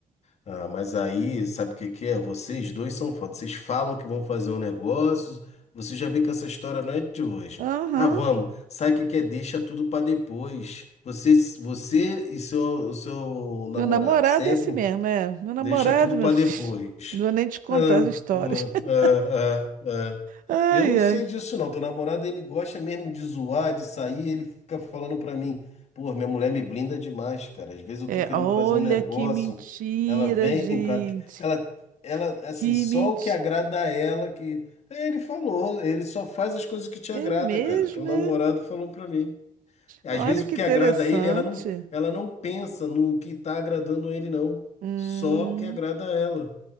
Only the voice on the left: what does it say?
Ah, mas aí, sabe o que que é? Vocês dois são foda. Vocês falam que vão fazer um negócio, você já vê que essa história não é de hoje.
Ah, vamos, sabe o que que é? Deixa tudo pra depois. Você, você e seu, o seu
namorado
sempre.
Deixa tudo
para
depois.
Ah,
não,
ah, ah, ah.
Eu sei
disso não. Teu namorado, ele gosta mesmo de zoar, de sair, ele fica falando para mim, pô, minha mulher me blinda demais, cara. Às vezes eu
tô querendo
fazer um negócio,
ela vem
com a... ela ela assim,
só
o que agrada a ela que Ele falou, ele só faz as coisas que te
agrada,
cara. Teu namorado
falou para mim. Às
vezes
o que
agrada a ele, ela não, ela não pensa no que está agradando ele, não.
Só o que agrada a ela.